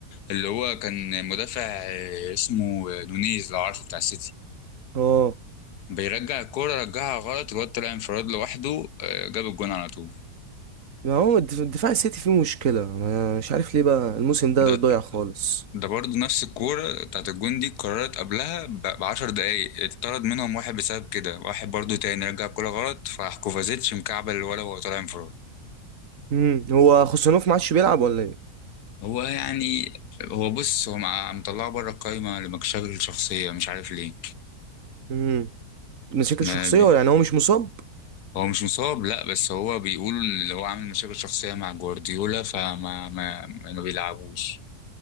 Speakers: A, on the left; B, on the right.
A: اللي هو كان مدافع آه، اسمه آه، نونيز لو عارفه بتاع السيتي
B: اه
A: بيرجع الكورة رجعها غلط الواد طلع انفراد لوحده آه، جاب الجون على طول
B: ما هو الدف- دفاع السيتي فيه مشكلة انا مش عارف ليه بقى الموسم ده
A: ده
B: ضايع خالص
A: ده برضه نفس الكورة بتاعت الجون دي اتكررت قبلها ب- بعشر دقايق اتطرد منهم واحد بسبب كده واحد برضه تاني رجع الكورة غلط فراح كوفازيتش مكعبل الولا وهو طالع انفراد
B: امم هو خوسانوف ما عادش بيلعب ولا
A: هو يعني هو بص هو مع- مطلعه بره القايمة لمشاكل شخصية مش عارف ليه
B: ايه مشاكل
A: ما
B: شخصية
A: بي...
B: ولا يعني هو مش مصاب
A: هو مش مصاب لا بس هو بيقول اللي هو عامل مشاكل شخصية مع جوارديولا فما ما, ما بيلعبوش